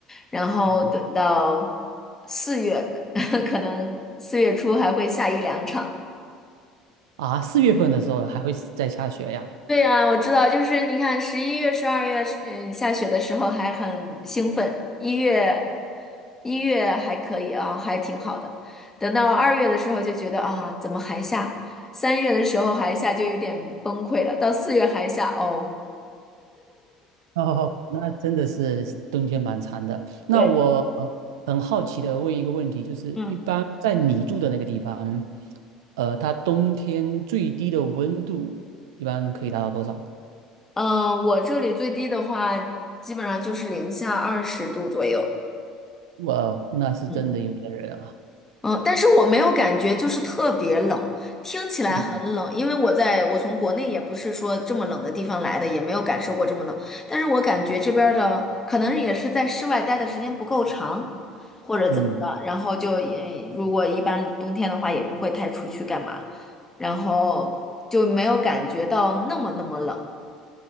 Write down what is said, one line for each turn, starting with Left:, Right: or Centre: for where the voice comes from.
Left: 然后等到
Right: 哦，
Left: 四月，<laughs> 可能四月初还会下一两场。
Right: 啊，四月份的时候还会在下雪呀？
Left: 对呀，我知道，就是你看十一月、十二月，嗯，下雪的时候还很兴奋，一月一月还可以啊，还挺好的。等到二月的时候就觉得啊，怎么还下？三月的时候还下就有点崩溃了，到四月还下哦。
Right: 哦，那真的是冬天蛮长的。那我呃很好奇的问一个问题，
Left: 对。
Right: 就是一般在你住的那个地方，
Left: 嗯，
Right: 呃，它冬天最低的温度一般可以达到多少？
Left: 嗯，我这里最低的话，基本上就是零下二十度左右。
Right: 哇哦，那是真的有点冷啊。
Left: 嗯。嗯，但是我没有感觉就是特别冷，听起来很冷，
Right: 嗯
Left: 因为我在我从国内也不是说这么冷的地方来的，也没有感受过这么冷。但是我感觉这边儿的可能也是在室外待的时间不够长，或者怎么的，
Right: 嗯。
Left: 然后就嗯，如果一般冬天的话也不会太出去干嘛，然后就没有感觉到那么那么冷。